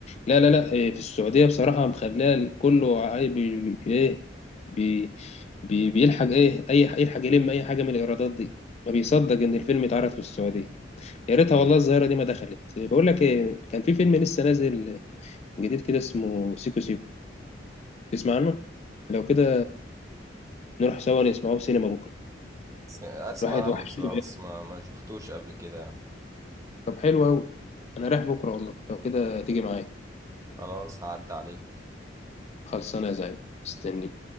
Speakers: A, on the left; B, on the right.
A: لا لا لا إيه، في السعودية بصراحة مخليها كله عاي- بي بي- إيه بي بي بيلحق إيه أي يلحق يلم أي حاجة من الإيرادات دي ما بيصدق إن الفيلم اتعرض في السعودية يا ريتها والله الظاهرة دي ما دخلت إيه، بقول لك إيه كان في فيلم لسه نازل جديد كده اسمه سيكو سيكو تسمع عنه لو كده نروح سوا نسمعه في سينما بكرة
B: بس اسمع
A: الواحد
B: عنه
A: وحش
B: بصراحة بس ما ما شفتوش قبل كده
A: طب حلو أوي أنا رايح بكرة والله لو كده تيجي معايا
B: خلاص هعدي عليك
A: خلصانة يا زعيم مستنيك